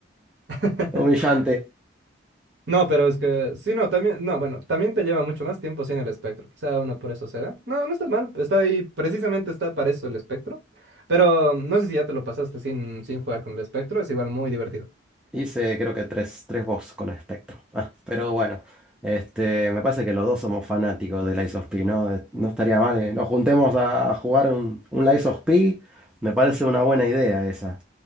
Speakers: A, on the right; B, in the centre.
A: <laughs>
B: <laughs> Humillante.
A: No, pero es que, sí, no, también, no, bueno, también te lleva mucho más tiempo sin el espectro, quizá uno por eso se da. No, no está mal, pues, está ahí, precisamente está para eso el espectro, pero mm, no sé si ya te lo pasaste sin, sin jugar con el espectro, es igual muy divertido.
B: Hice creo que tres, tres box con Spectrum. Ah, pero bueno, este, me parece que los dos somos fanáticos de Lies of P, ¿no? Eh, No estaría mal que nos juntemos a jugar un, un Lies of P. Me parece una buena idea esa,